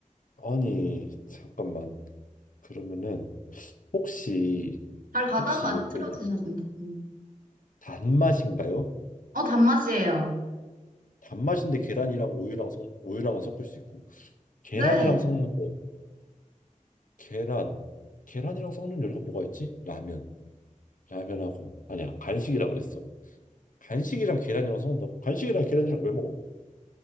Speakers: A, on the left (about 75°); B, on the right (about 85°).
A: 아니, 잠깐만. 그러면은 혹시
B: 잘 가다가
A: 혹시 요게
B: 틀어지셨습니다. 음.
A: 단맛인가요?
B: 어, 단맛이에요.
A: 단맛인데 계란이랑 우유랑 섞 우유랑은 섞을 수 있고 계란이랑
B: 네.
A: 섞는 거 계란 계란이랑 섞는 요리가 뭐가 있지? 라면 라면하고 아니야 간식이라 그랬어 간식이랑 계란이랑 섞는다고 간식이랑 계란이랑 왜 먹어?